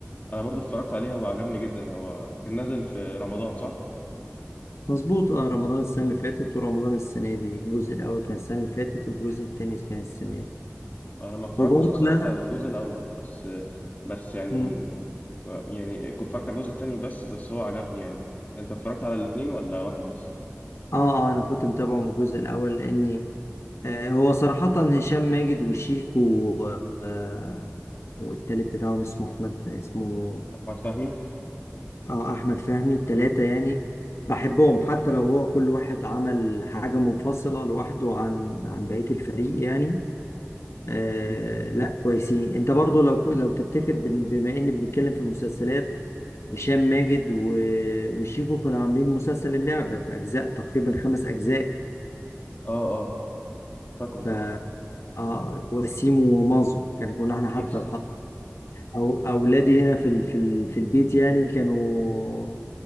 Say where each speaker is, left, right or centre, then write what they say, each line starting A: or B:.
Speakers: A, on the left; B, on the left.
A: انا برضو اتفرجت عليها وعجبني جدا هو كان نازل في رمضان صح
B: مظبوط اه رمضان السنة اللي فاتت ورمضان السنة دي الجزء الأول كان السنة اللي فاتت والجزء التاني كان السنة دي
A: انا ما اتفرجتش
B: وبرضه
A: بصراحه
B: لا
A: على الجزء الاول بس بس يعني
B: م.
A: يعني اتفرجت على الجزء التاني بس بس هو عجبني يعني انت اتفرجت على الاثنين ولا واحد بس
B: اه اه أنا كنت متابعه من الجزء الأول لأني آه، هو صراحة هشام ماجد وشيكو و- آه، والتالت بتاعهم اسمه أحمد اسمه
A: احمد فهمي
B: اه أحمد فهمي التلاتة يعني بحبهم حتى لو هو كل واحد عمل حاجة منفصلة لوحده عن عن بقية الفريق يعني آه
A: مم.
B: لا كويسين انت برضو لو كو- لو تفتكر بن- بما ان بنتكلم في المسلسلات هشام ماجد و- وشيكو كانوا عاملين مسلسل اللعبة بأجزاء تقريبا خمس أجزاء
A: اه اه فاكره
B: ف
A: طبعا
B: اه وسيم ومازو كان كنا احنا حتى
A: مم.
B: أو أولادي هنا في ال- في ال- في البيت يعني كانوا